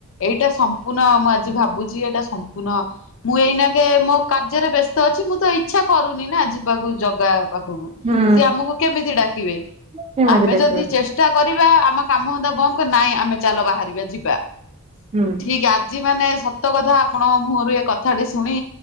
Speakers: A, on the left; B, on the right.
A: ଏଇଟା ସମ୍ପୂର୍ଣ୍ଣ ମୁଁ ଆଜି ଭାବୁଛି ଏଇଟା ସମ୍ପୂର୍ଣ୍ଣ ମୁଁ ଏଇନାକେ ମୋ କାର୍ଯ୍ୟରେ ବ୍ୟସ୍ତ ଅଛି ମୁଁ ତ ଇଛା କରୁନି ନା ଯିବାକୁ ଜଗା ପାଖକୁ
B: ହୁଁ
A: ସେ ଆମକୁ କେମିତି ଡାକିବେ।
B: ସେମିତି
A: ଆମେ
B: ଡାକିବେ
A: ଯଦି ଚେଷ୍ଟା କରିବା ଆମ କାମ ଧନ୍ଦା ବନ୍ଦ କରି ନାଇଁ ଆମେ ଚାଲ ବାହାରିବା ଯିବା।
B: ହୁଁ।
A: ଠିକ୍ ଆଜି ମାନେ ସତ କଥା ଆପଣଙ୍କ ମୁହଁରୁ ଏ କଥାଟି ଶୁଣି